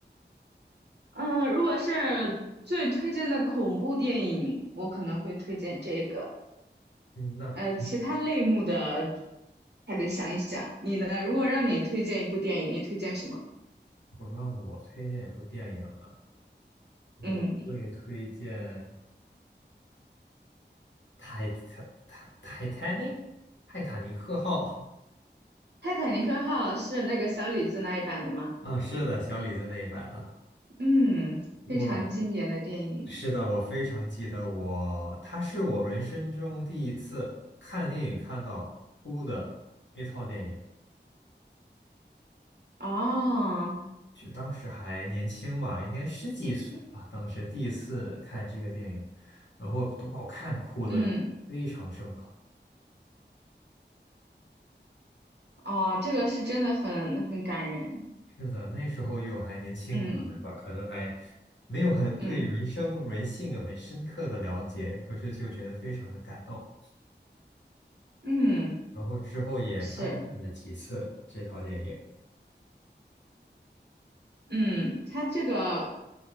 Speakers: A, on the right; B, on the left.
A: 嗯，如果是最推荐的恐怖电影，我可能会推荐这个。
B: 嗯，那我
A: 呃，其他类目的还得想一想。你呢？如果让你推荐一部电影，你推荐什么？
B: 如果让我推荐一部电影啊，我会推荐
A: 嗯，
B: 泰《泰泰泰坦尼克》《泰坦尼克号》
A: 《泰坦尼克号》是那个小李子那一版的吗？
B: 啊，是的，小李子那一版的。
A: 嗯，
B: 我
A: 非常经典的电影。
B: 是的，我非常记得我，它是我人生中第一次看电影看到哭的一套电影。
A: 哦，
B: 就当时还年轻嘛，应该十几岁吧。当时第一次看这个电影，然后都把我看哭了，
A: 嗯，
B: 非常深刻。
A: 哦，这个是真的很很感人，
B: 是的，那时候又还年轻吧，
A: 嗯
B: 对吧？可能还没有很对人生人性有很深刻的了解，
A: 嗯
B: 可是就觉得非常的感动。
A: 嗯，
B: 然后之后也翻看了几次这套电影，
A: 是，嗯，他这个